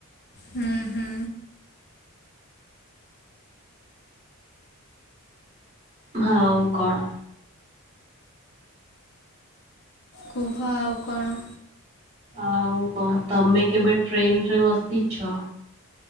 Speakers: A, on the left (about 45°); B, on the right (about 25°).
A: ହୁଁ ହୁଁ।
B: ହଁ ଆଉ କଣ?
A: କୁହ ଆଉ କଣ?
B: ଆଉ ଙ୍କ ତମେ କେବେ ଟ୍ରେନ ରେ ବସିଛ?